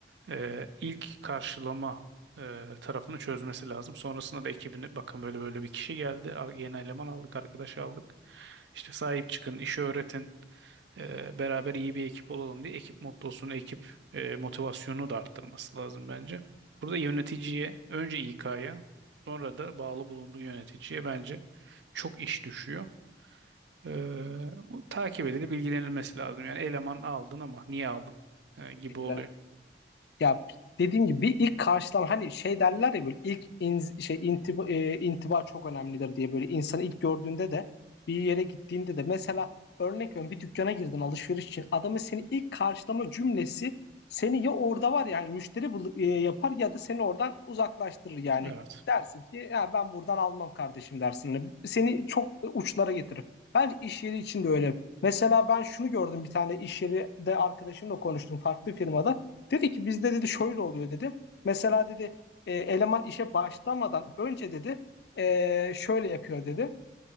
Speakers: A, on the right; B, on the left.
A: e, ilk karşılama e, tarafını çözmesi lazım. Sonrasında da ekibini bakın böyle böyle bir kişi geldi. ar- Yeni eleman aldık, arkadaş aldık. İşte sahip çıkın, işi öğretin. e, beraber iyi bir ekip olalım diye ekip mottosunu, ekip e, motivasyonunu da arttırması lazım bence. Burada yöneticiye, önce İK'ya, sonra da bağlı bulunduğu yöneticiye bence çok iş düşüyor. Ee, bu takip edilip bilgilenilmesi lazım. Yani eleman aldın ama niye aldın Ee,
B: Kesinlikle.
A: gibi oluyor.
B: Ya dediğim gibi bir ilk karşılama hani şey derler ya böyle ilk in, şey intiba, e, intiba çok önemlidir diye böyle insanı ilk gördüğünde de bir yere gittiğinde de mesela örnek veriyorum bir dükkana girdin alışveriş için adamın seni ilk karşılama cümlesi seni ya orada var yani müşteri bul- e, yapar ya da seni oradan uzaklaştırır yani
A: Evet.
B: dersin ki ya ben buradan almam kardeşim dersin Hani seni çok uçlara getirir. Bence iş yeri için de öyle. Mesela ben şunu gördüm bir tane iş yeri de arkadaşımla konuştum farklı firmada. Dedi ki bizde dedi şöyle oluyor dedi. Mesela dedi e, eleman işe başlamadan önce dedi e, şöyle yapıyor dedi.